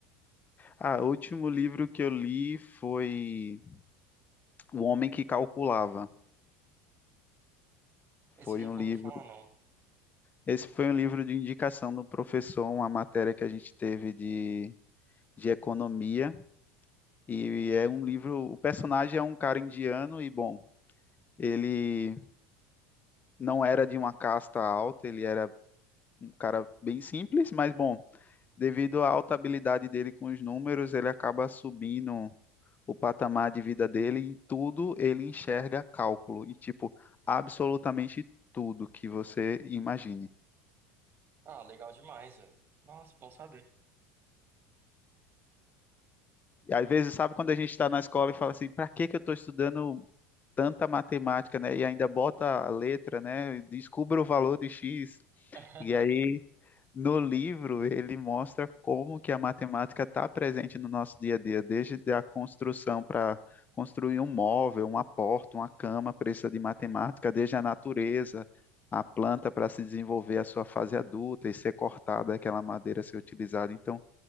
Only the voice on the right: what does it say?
Esse
eu nunca
ouvi falar, não.
Ah, legal demais, velho. Nossa, bom saber.
<laughs>